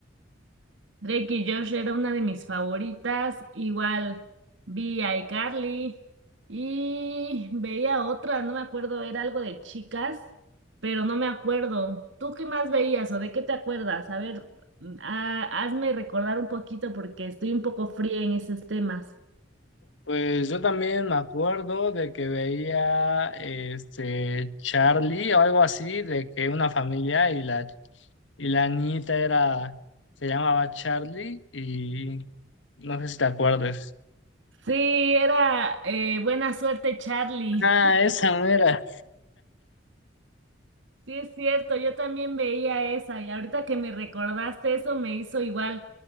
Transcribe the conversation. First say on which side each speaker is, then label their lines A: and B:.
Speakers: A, on the right (about 80°); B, on the left (about 80°).
A: Drake y Josh era una de mis favoritas. Igual vi a iCarly y veía otra, no me acuerdo, era algo de chicas, pero no me acuerdo. ¿Tú qué más veías o de qué te acuerdas? A ver, ha- hazme recordar un poquito porque estoy un poco fría en esos temas.
B: pues yo también me acuerdo de que veía este Charlie o algo así, de que una familia y la y la niñita era, se llamaba Charlie y no sé si te acuerdas.
A: Sí, era eh, Buena Suerte Charlie.
B: Ah, esa mera.
A: Sí, es cierto, yo también veía esa y ahorita que me recordaste eso me hizo igual